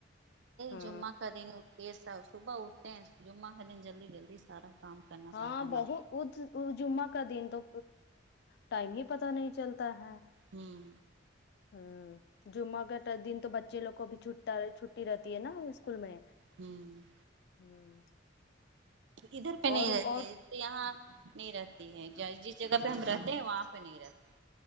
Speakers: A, on the left; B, on the right.
A: ہ
B: جمعہ کا دن اٹھتے سب صبح اٹھتے ہیں جمعہ کے دن جلدی جلدی سارا کام کرنا
A: ہاں
B: پڑتا نا
A: بہت جمعہ کا دن تو ٹائم ہی پتا نہیں چلتا ہے
B: ہمم
A: ہمم جمعہ گٹا دن تو بچے لوگ کو بھی چھٹا چھٹی رہتی ہے نا اسکول میں
B: ہمم
A: ہ
B: ادھر پنے
A: اور اور
B: یہاں نہیں رہتی ہے جس جگہ پے ہم رہتے ہیں وہاں پے نہیں رہتے